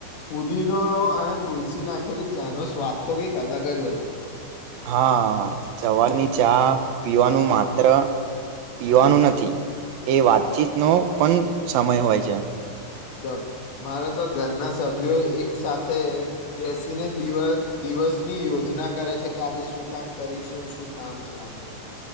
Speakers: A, on the left (about 80°); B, on the right (about 65°).
A: ફુદીનો અને તુલસી નાખેલી ચાનો સ્વાદ તો કઈક અલગ જ હોય છે
B: હા સવારની ચા પીવાનું માત્ર પીવાનું નથી એ વાત ચીતનો પણ સમય હોય છે
A: દમ મારે તો ઘરના સભ્યો એક સાથે બેસીને દિવસ દિવસની યોજના કરે છે કે આજે શું કામ કરીશું શું કામ છે આપડે